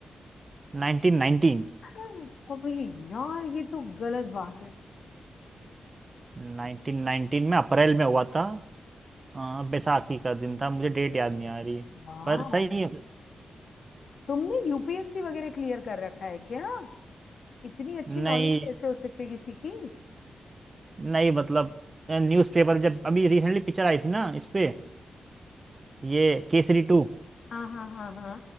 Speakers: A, on the right; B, on the left.
A: 1919
B: हाँ, अबे यार ये तो गलत बात है
A: 1919 में अप्रैल में हुआ था अ, बैसाखी का दिन था मुझे डेट याद नहीं आ रही है
B: वाह
A: पर सही है
B: तुमने यूपीएससी वगैरह क्लियर कर रखा है क्या इतनी अच्छी नॉलेज
A: नहीं
B: कैसे हो सकती है किसी की
A: नहीं मतलब न्यूज़पेपर जब अभी रिसेंटली पिक्चर आई थी ना इस पे ये केसरी टू
B: हाँ हाँ हाँ हाँ